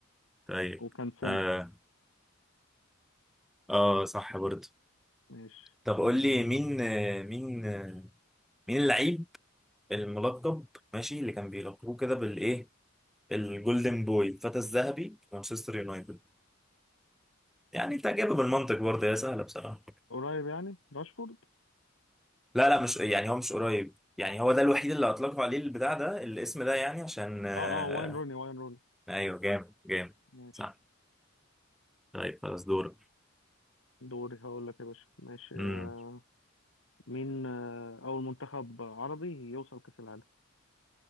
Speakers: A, in the centre; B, on the left.
A: طيب
B: وكانسيلو
A: آه، اه صح برضه
B: ماشي
A: طب قول
B: آه،
A: لي مين آه، مين آه، مين اللعيب الملقب ماشي اللي كان بيلقبوه كده بالايه الجولدن بوي الفتى الذهبي في مانشستر يونايتد يعني انت جايبه بالمنطق برضه يا سهله بصراحه
B: قريب يعني راشفورد
A: لا لا مش يعني هو مش قريب يعني هو ده الوحيد اللي اطلقوا عليه البتاع ده الاسم ده يعني عشان آه،
B: اه اه واين روني واين روني
A: ايوه جامد جامد
B: ماشي
A: صح طيب خلاص دورك
B: دوري هقول لك يا باشا ماشي آه
A: امم
B: مين آه اول منتخب عربي يوصل كأس العالم